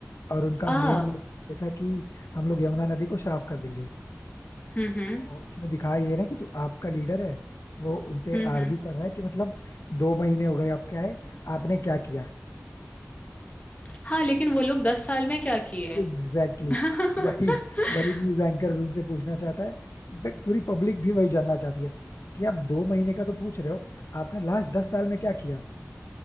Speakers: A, on the left (about 75°); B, on the left (about 30°).
A: और उनका
B: आ
A: मेन मोटिव ये था कि हम लोग यमुना नदी को साफ कर देंगे
B: हम्म हम्म
A: तो इसमें दिखाया ये रहा है कि जो आपका लीडर है वो उनसे
B: हम्म
A: आर्ग्यू
B: हम्म।
A: कर रहा है कि मतलब दो महीने हो गए आप क्या है आपने क्या किया
B: हाँ लेकिन वो लोग दस साल में क्या किए
A: Exactly
B: <laughs>
A: exactly. वही वही न्यूज एंकर भी उनसे पूछना चाहता है इनफैक्ट पूरी पब्लिक भी वही जानना चाहती है कि आप दो महीने का तो पूछ रहे हो आपने लास्ट दस साल में क्या किया